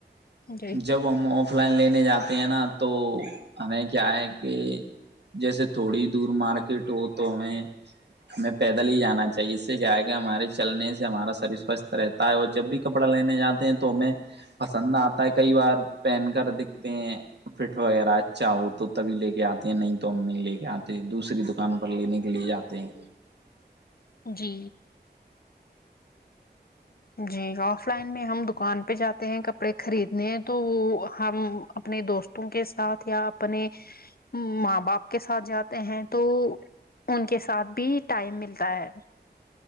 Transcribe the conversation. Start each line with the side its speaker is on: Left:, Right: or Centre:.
Left: جی
Right: جب ہم آف لائن لینے جاتے ہیں نا تو ہمیں کیا ہے کہ جیسے تھوڑی دور مارکیٹ ہو تو ہمیں ہمیں پیدل ہی جانا چاہیے اس سے کیا ہے گ ہمارے چلنے سے سے ہمارا شریر سوستھ رہتا ہے اور جب بھی کپڑا لینے جاتے ہیں تو ہم پسند آتا ہے کئی بار پہن کر دکھتے ہیں پٹ وغیرہ اچھا ہو تو تبھی لے کے آتے ہیں نہیں تو ہم نہیں لے کے آتے دوسری د دکان پر لینے کے لیے جاتے ہیں
Left: جی جی گ آف لائن میں ہم دکان پہ جاتے ہیں کپڑے خریدنے تو وہ ہم اپنے دوست وں کے ساتھ یا اپنے ماں باپ کے ساتھ جاتے ہیں تو ان کے ساتھ بھی ٹائم ملتا ہے